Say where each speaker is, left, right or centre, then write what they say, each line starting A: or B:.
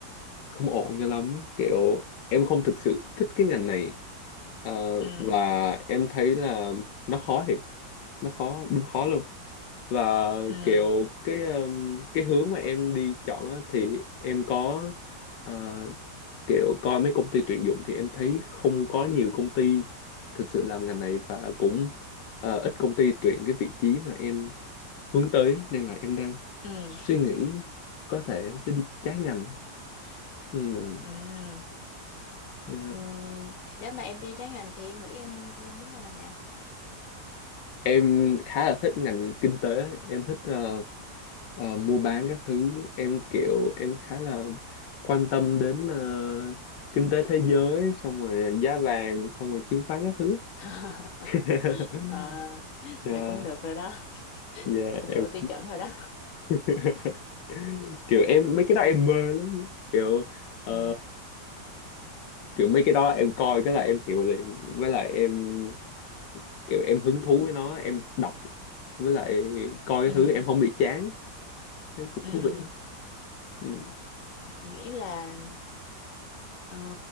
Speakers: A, on the left; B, on the left.
A: không ổn cho lắm kiểu em không thực sự thích cái ngành này Ờ,
B: ừ,
A: và em thấy là nó khó thiệt nó khó đúng khó luôn và
B: ừ,
A: kiểu cái um, cái hướng mà em đi chọn á, thì em có ờ, kiểu coi mấy công ty tuyển dụng thì em thấy không có nhiều công ty thực sự làm ngành này và cũng ờ, ít công ty tuyển cái vị trí mà em hướng tới nên là em đang
B: ừ,
A: suy nghĩ có thể em sẽ đi trái ngành ừ.
B: ừ.
A: Ừ.
B: Ừ, nếu mà em đi trái ngành thì em nghĩ em muốn qua ngành nào
A: em khá là thích ngành kinh tế em thích ờ, ờ, mua bán các thứ em kiểu em khá là quan tâm đến ờ, kinh tế thế giới xong rồi ờ, giá vàng xong rồi chứng khoán các thứ
B: <laughs>
A: <laughs>
B: ờ
A: yeah,
B: này cũng được rồi đó
A: yeah,
B: cũng
A: em
B: đủ tiêu chuẩn rồi đó
A: <laughs> kiểu em mấy cái đó
B: thì
A: em mơ lắm kiểu ờ,
B: ừ.
A: kiểu mấy cái đó em coi cái là em hiểu liền với lại em kiểu em hứng thú với nó em đọc với lại coi
B: ừ
A: cái thứ em không bị chán thấy cũng
B: ừ
A: thú vị lắm ừ
B: chị nghĩ là ờ,